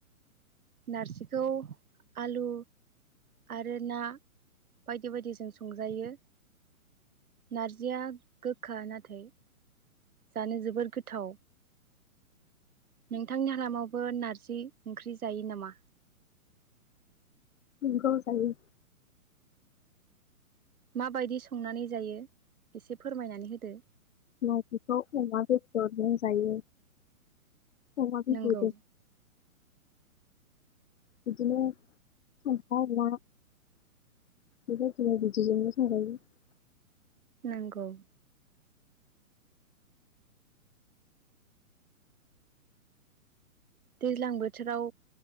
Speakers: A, on the right (about 75°); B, on the left (about 55°).
A: नारजिखौ आलु आरो ना बायदि बायदि जों संजायो नारजिया गोखा नाथाय जानो जोबोर गोथाव नोंथांनि हालामावबो नारजि ओंख्रि जायो नामा
B: <unintelligible> बिखौ जायो
A: माबायदि संनानै जायो एसे फोरमायनानै होदो
B: नारजिखौ अमा बेदरजों जायो अमा बिबुदो
A: नंगौ
B: बिदिनो सानफा अमा बे बिदिजोंनो सलायो <unintelligible>
A: नोंगौ दैज्लां बोथोराव